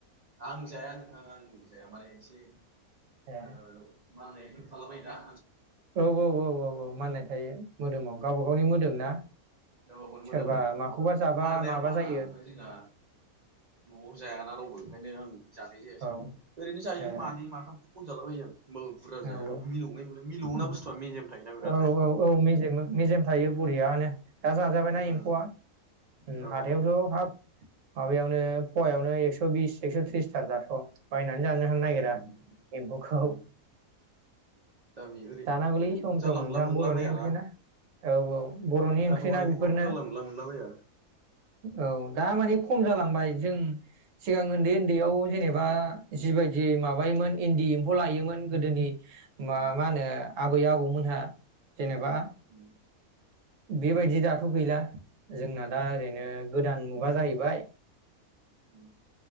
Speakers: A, on the right (about 85°); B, on the right (about 65°).
A: आं जाया नोंथां आं जाया माने एसे
B: ए
A: ओ माननायबो हेल'बाय दा।
B: औ औ औ औ औ माननाय थायो मोदोमाव गावबा गावनि मोदोम ना।
A: गावबा गावनि मोदोम
B: सोरबा
A: औ
B: माखौबा जाबा
A: माननाया
B: माबा
A: माना
B: जायो
A: ओमफ्राय जोंना न'आव जायाना रावबो। बेनिखायनो आं। जानाय जायासै
B: औ
A: ओरैनो जायो
B: ए
A: मानै माथाम। जाला बायो आं। ओमबाबो बुरजा जाया
B: औ
A: मिलौनाय मोनो मिलौना
B: औ
A: बुस्थुया मेजेम थायोना
B: औ
A: बिरादनो।
B: औ औ मेजेम मेजेम थायो बरियानो। दा जाजाबायना
A: उम
B: एम्फौआ उम
A: औ
B: हाथायावथ' हाब माबायावनो पुवायावनो एक्स' बिस। एक्स' थ्रिस थाखा स <unintelligible> जानो होना नागिरा
A: उम
B: एम्फौखौ
A: उम दामि ओरै
B: जानांगौलै
A: ओय
B: सम
A: जानला
B: सम
A: मोनला
B: नोंथां
A: मोनला
B: बर'नि
A: बायाना
B: ओंख्रि ना औ औ बर'नि ओंख्रिना
A: आरो नङा एम्फौबो
B: बेफोरनो
A: जानला मोनला मोनलाबाया।
B: औ दा मानि खम जालांबाय जों सिगां उन्दै उन्दैयाव जेनेबा बा जिबायदि माबायोमोन इन्दि एम्फौ लायोमोन गोदोनि मा
A: उम
B: माहोनो आबै आबौमोनहा जेनेबा
A: उम
B: बेबायदि दाथ गैला जोंना दा ओरैनो गोदान मु माबा जाहैबाय
A: उम